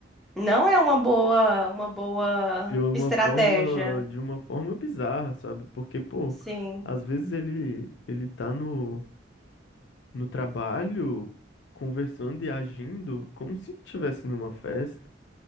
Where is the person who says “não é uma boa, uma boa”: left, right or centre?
Centre